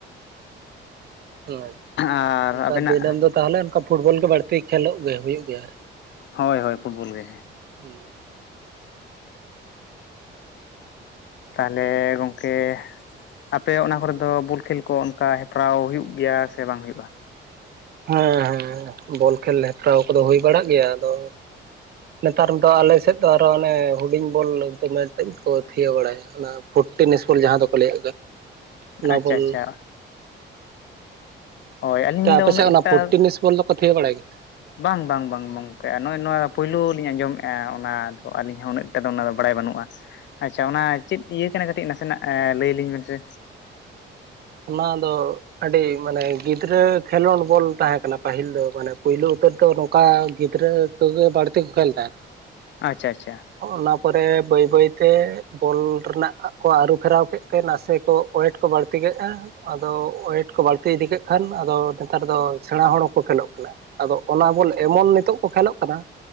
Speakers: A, on the right (about 55°); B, on the left (about 65°).
A: ᱟᱪᱪᱷᱟ
B: ᱟᱨ
A: ᱚᱱᱠᱟ
B: ᱟᱵᱮᱱᱟᱜ
A: ᱫᱤᱱᱟᱹᱢ ᱫᱚ ᱛᱟᱦᱚᱞᱮ ᱚᱱᱠᱟ ᱯᱷᱩᱴᱵᱚᱞ ᱜᱮ ᱵᱟᱹᱲᱛᱤ ᱠᱷᱮᱞᱳᱜ ᱜᱮ ᱦᱩᱭᱩᱜ ᱜᱮᱭᱟ ᱟᱨ
B: ᱦᱳᱭ ᱦᱳᱭ ᱯᱷᱩᱴᱵᱚᱞ ᱜᱮ
A: ᱩᱸ
B: ᱛᱟᱦᱞᱮ ᱜᱚᱝᱠᱮ ᱟᱯᱮ ᱚᱱᱟ ᱠᱚᱨᱮ ᱫᱚ ᱵᱚᱞ ᱠᱷᱮᱞ ᱠᱚ ᱚᱱᱠᱟ ᱦᱮᱯᱨᱟᱣ ᱦᱩᱭᱩᱜ ᱜᱮᱭᱟ ᱥᱮ ᱵᱟᱝ ᱦᱩᱭᱩᱜᱼᱟ
A: ᱦᱮᱸ ᱦᱮᱸ ᱵᱚᱞ ᱠᱷᱮᱞ ᱦᱮᱯᱨᱟᱣ ᱠᱚᱫᱚ ᱦᱩᱭ ᱵᱟᱲᱟᱜ ᱜᱮᱭᱟ ᱟᱫᱚ ᱱᱮᱛᱟᱨ ᱫᱚ ᱟᱞᱮ ᱥᱮᱫ ᱫᱚ ᱟᱨᱦᱚᱸ ᱚᱱᱮ ᱦᱩᱰᱤᱧ ᱵᱚᱞ ᱢᱮᱱᱛᱮᱫ ᱠᱚ ᱛᱷᱤᱭᱟᱹ ᱵᱟᱲᱟᱭᱟ ᱚᱱᱟ ᱯᱷᱩᱴ ᱴᱤᱥ ᱡᱟᱦᱟᱸ ᱫᱚᱠᱚ ᱞᱟᱹᱭ ᱚᱱᱟ
B: ᱟᱪᱪᱷᱟ
A: ᱵᱚᱞ
B: ᱟᱪᱪᱷᱟ ᱦᱳᱭ ᱟᱹᱞᱤᱧ ᱫᱚ
A: ᱟᱪᱪᱷᱟ
B: ᱩᱱᱟᱹᱜ ᱮᱠᱴᱟ
A: ᱚᱱᱟ ᱯᱷᱳᱴᱤ ᱱᱤᱥ ᱵᱚᱞ ᱫᱚᱠᱚ ᱛᱷᱤᱭᱟᱹ ᱵᱟᱲᱟᱭ ᱜᱮᱭᱟ
B: ᱵᱟᱝ ᱵᱟᱝ ᱵᱟᱝ ᱜᱚᱝᱠᱮ ᱱᱚᱜᱼᱚᱭ ᱱᱚᱣᱟ ᱯᱩᱭᱞᱩ ᱞᱤᱧ ᱟᱸᱡᱚᱢ ᱮᱜᱼᱟ ᱚᱱᱟ ᱫᱚ ᱟᱹᱞᱤᱧ ᱦᱚᱸ ᱩᱱᱟᱹᱜ ᱴᱟ ᱫᱚ ᱚᱱᱟ ᱫᱚ ᱵᱟᱲᱟᱭ ᱵᱟᱹᱱᱩᱜᱼᱟ ᱟᱪᱪᱷᱟ ᱚᱱᱟ ᱪᱮᱫ ᱤᱭᱟᱹ ᱠᱟᱱᱟ ᱠᱟᱹᱴᱤᱡ ᱱᱟᱥᱮᱱᱟᱜ ᱞᱟᱹᱭ ᱟᱞᱤᱧ ᱵᱮᱱ ᱥᱮ
A: ᱚᱱᱟ ᱫᱚ ᱟᱹᱰᱤ ᱢᱟᱱᱮ ᱜᱤᱫᱽᱨᱟᱹ ᱠᱷᱮᱞᱳᱱ ᱵᱚᱞ ᱛᱟᱦᱮᱸ ᱠᱟᱱᱟ ᱯᱟᱹᱦᱤᱞ ᱫᱚ ᱢᱟᱱᱮ ᱯᱳᱭᱞᱳ ᱩᱛᱟᱹᱨ ᱫᱚ ᱱᱚᱝᱠᱟ ᱜᱤᱫᱽᱨᱟᱹ ᱚᱲᱠ ᱜᱮ ᱵᱟᱹᱲᱛᱤ ᱠᱚ ᱠᱷᱮᱞ ᱛᱟᱦᱮᱫ
B: ᱟᱪᱪᱷᱟ ᱟᱪᱪᱷᱟ
A: ᱚᱱᱟ ᱯᱚᱨᱮ ᱵᱟᱹᱭ ᱵᱟᱹᱭ ᱛᱮ ᱵᱚᱞ ᱨᱮᱱᱟᱜ ᱠᱚ ᱟᱹᱨᱩ ᱯᱷᱮᱨᱟᱣ ᱠᱮᱫ ᱛᱮ ᱱᱟᱥᱮ ᱠᱚ ᱚᱳᱭᱮᱴ ᱠᱚ ᱵᱟᱹᱲᱛᱤ ᱠᱮ ᱟᱫᱚ ᱳᱭᱮᱴ ᱠᱚ ᱵᱟᱹᱲᱛᱤ ᱤᱫᱤ ᱠᱮᱫ ᱠᱷᱟᱱ ᱟᱫᱚ ᱱᱮᱛᱟᱨ ᱫᱚ ᱥᱮᱬᱟ ᱦᱚᱲ ᱦᱚᱸᱠᱚ ᱠᱷᱮᱞᱳᱜ ᱠᱟᱱᱟ ᱟᱫᱚ ᱚᱱᱟ ᱵᱚᱞ ᱮᱢᱚᱱ ᱱᱤᱛᱚᱜ ᱠᱚ ᱠᱷᱮᱞᱳᱜ ᱠᱟᱱᱟ